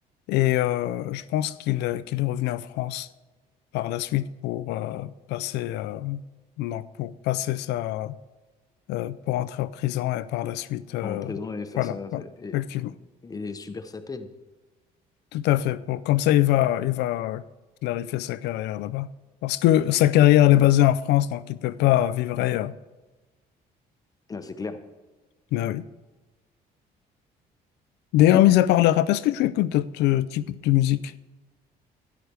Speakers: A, on the left; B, on the left.
A: et euh, je pense qu'il qu'il est revenu en France par la suite pour euh, passer, euh, donc pour passer sa, euh, pour entrer en prison et par la suite, euh,
B: En prison et faire
A: voilà,
B: ça
A: voilà,
B: c'est- et,
A: effectivement,
B: et subir sa peine.
A: tout à fait. Pour, comme ça, il va, il va clarifier sa carrière là-bas. Parce que sa carrière elle est basée en France, donc il peut pas vivre ailleurs.
B: Ah, c'est clair.
A: Mais oui. D'ailleurs, mis à part le rap, est-ce que tu écoutes d'autres euh, types de musique?